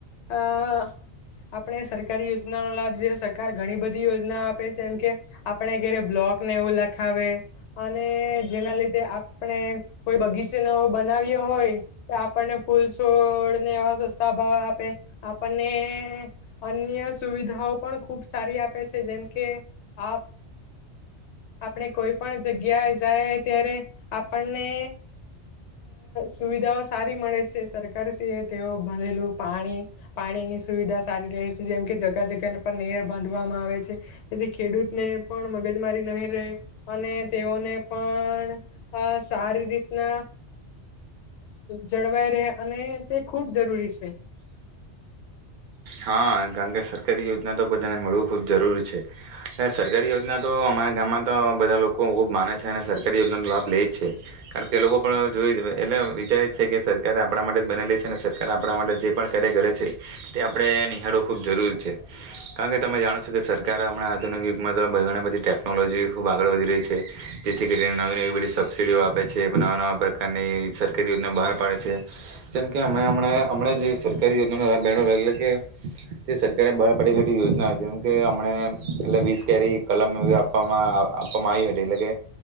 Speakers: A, on the left; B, on the right.
A: આપણે સર. સરકારી યોજના નો લાભ જોઈએ સરકાર ઘણી બધી યોજના આપે છે એમ કે આપણે ઘરે બ્લોકને એવું લખાવે અને જેના લીધે આપણે કોઈ બગીચે ન બનાવ્યો હોય તો આપણને ફૂલ છોડને એવા સસ્તા ભાવ આપે આપણને. અન્ય સુવિધાઓ પણ ખુબ સારી આપે છે જેમકે આપ આપણે કોઈ પણ જગ્યા જાય ત્યારે આપણને સુવિધાઓ સારી મળે છે સરકારશ્રીએ તેઓ ભરેલું પાણી પાણીની સુવિધા સારી રહે છે. જેમ કે જગા જગ્યાને પણ નેર બાંધવામાં આવે છે તેથી ખેડૂતને પણ મગજમારી નહી રહે અને તેઓને પણ સારી રીતના જળવાય રહે અને તે ખૂબ જરૂરી છે.
B: હા કારણ કે સરકારી યોજના તો બધાને મળવું ખૂબ જરૂરી છે સરકારી યોજના તો અમારા ગામમાં તો બધા લોકો ખૂબ માને છે અને સરકારી યોજનાનો લાભ લે જ છે કારણ કે એ લોકો પણ જોઈ જ એટલે વિચારે જ છે કે સરકારે આપણા માટે જ બનેલી છે અને સરકાર આપણા માટે જે પણ કાર્ય કરે છે તે આપણેહીયા નિહાળવું ખૂબ જરૂરી છે કારણ કે તમે જાણો છો કે સરકાર હણાં આધુનિક યુગમાં તો ઘણી બધી ટેકનોલોજી ખૂબ આગળ વધી રહી છે જેથી કરીને નવી નવી બધી સબસિડીઓ આપે છે નવા નવા પ્રકારની સરકારી યોજના બહાર પાડે છે જેમ કે અમે હમણા હમં જ સરકારી યોજનાનો લાભ અલગ અલગ કે જે સરકારે બહાર પડીે યોજના જેમ કે અમને એટલે વીસ કેરી કલમ એવી આપવામાં આપવામાં આવી હતી એટલે કે